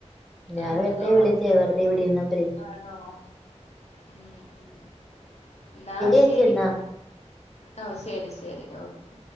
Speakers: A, in the centre; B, on the left.
A: ഞാ
B: ആ
A: വെറുതെ
B: ഓ
A: വിളിച്ചയാ വെറുതെ ഇവിടെ ഇര്ന്നപ്പയേ
B: ആണോ ഉം ഉം ഇന്നാ
A: ചേച്ചി
B: ശരി
A: എന്നാ
B: ഓഹ്‌ ശരി ശരി ഓക്കെ